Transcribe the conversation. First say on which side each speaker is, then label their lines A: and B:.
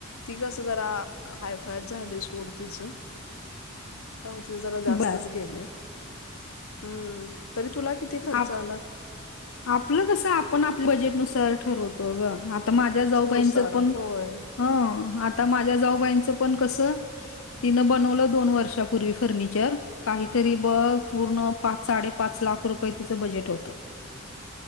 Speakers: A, on the left (about 80°); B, on the left (about 70°).
A: ती कसं जरा हायफायच झालय सोड तिचं. आमचे जरा जास्तच
B: बर
A: गेले. हम्म. तरी तुला किती खर्च
B: आप
A: आला?
B: आपलं कसं आपण आपल्या बजेटनुसार ठरवतो ग. आता माझ्या जाऊबाईंचं
A: नुसार
B: पण
A: होय
B: हं आता माझ्या जाऊबाईंचं पण कसं तिनं बनवलं दोन वर्षापूर्वी फर्निचर काहीतरी बघ पूर्ण पाच साडेपाच लाख रुपये तिचं बजेट होतं.